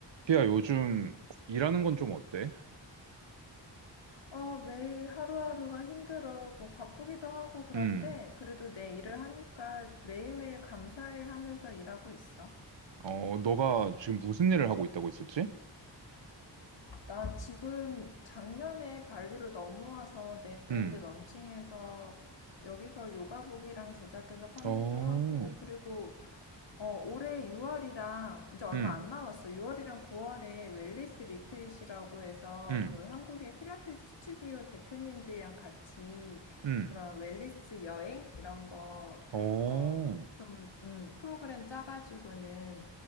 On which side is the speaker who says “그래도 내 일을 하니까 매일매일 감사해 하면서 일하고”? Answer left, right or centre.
Left